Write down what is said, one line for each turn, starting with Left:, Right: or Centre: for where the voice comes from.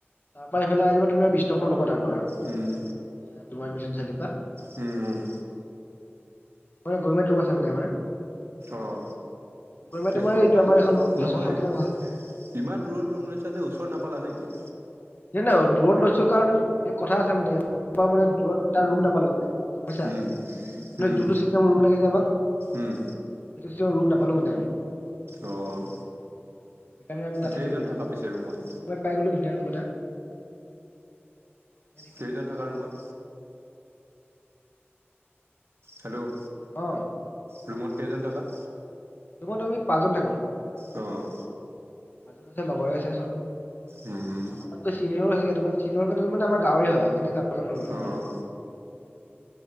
Left: তাৰ পৰাৰা এইফালে আহি যাবা তুমি আৰু বিশ টকা মান ল'ব তাৰপা আৰু
Right: উম
Left: তোমাৰ মিছন চাৰিৰ পৰা।
Right: উম
Left: মানে গমেণ্ট ৰুম আছে মানে আমাৰ।
Right: অ
Left: গৰমাই
Right: তেজপুৰৰ
Left: তোমাৰ এইটো
Right: পৰা
Left: আমাৰ এখন
Right: নহয়
Left: স কেনেকুৱা।
Right: ইমান দূৰত ৰুম লৈছো যে ওচৰত নাপালা নেকি।
Left: জ নাই দূৰত লৈছো কাৰণ কথা আছে মানে মানে দূৰত ত ৰুম নাপালো মানে। গম পাইছা
Right: উম, উম,
Left: জোনটো চিন ৰোম লাগে। আমাক
Right: উম,
Left: চ ৰুম নাপালো মানে। সেইকাৰণে
Right: অ',
Left: আমি তাতে
Right: কেইজন
Left: লৈ ললো
Right: থাকা
Left: ম আৰু
Right: পিছে ৰুমত?
Left: মত পাই গলো ধুনীয়া ৰুম এটা। সেইকাৰণে
Right: কেইজন
Left: ইয়াতে লৈ
Right: থকা ৰুমত। হেল্ল'
Left: অ
Right: ৰুমত কেইজন থকা।
Left: তোমাৰ তুমি পাঁচজন থাকো।
Right: অঁ
Left: মাজত আছে লগৰে আছে চব
Right: উম,
Left: আমাৰতো চিনিয়ৰো আছে। চীনৰ কাৰণ মে আম গাঁৱৰে হয় সেইণে ললো
Right: অ',
Left: মানে।